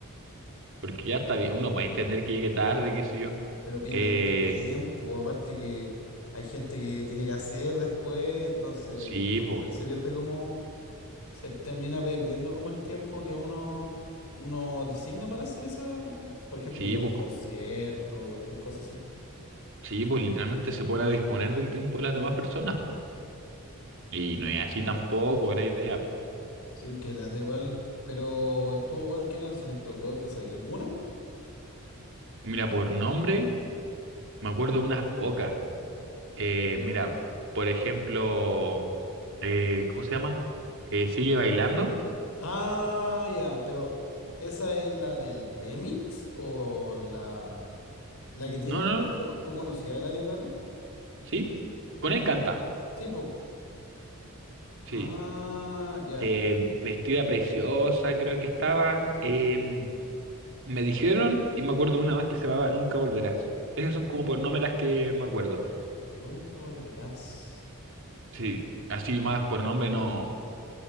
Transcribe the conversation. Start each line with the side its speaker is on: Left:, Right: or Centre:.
Right: Porque ya está bien, uno puede entender que llegue tarde, qué sé yo.
Left: pero pierde
Right: Eh,
Left: mucho tiempo. Aparte que hay gente que tiene que hacer después, entonces
Right: sí, pues,
Left: igual se pierde como, se termina perdiendo como el tiempo que uno, uno designa para hacer esa, por ejemplo,
Right: sí,
Left: ir a
Right: pues,
Left: un concierto o cualquier cosa así.
Right: sí, pues literalmente se pone a disponer del tiempo de las demás personas, pues. Y
Left: Qué
Right: no es
Left: Lata.
Right: así tampoco la idea, po.
Left: Sí, que lata igual. Pero estuvo bueno. ¿Qué canciones tocó? ¿Te sabía alguna?
Right: Mira, por nombre, me acuerdo unas pocas. Eh,
Left: Ya.
Right: mira, por ejemplo, eh, ¿cómo se llama? Eh, ¿sigue bailando?
Left: Ah, ya. Pero, ¿esa es la del remix? ¿O la, la que tiene,
Right: No,
Left: por
Right: no,
Left: ejemplo,
Right: no,
Left: tú conocías a Eladio Carrión?
Right: sí. Con él canta,
Left: Sí, pues.
Right: sí.
Left: Ah, ya,
Right: Eh, vestida preciosa, creo que estaba. Eh, Me dijeron, y me acuerdo de una más que se llamaba Nunca Volverás. Esas son como por nombre las que me acuerdo.
Left: Nunca volverás.
Right: Sí, así más por nombre no,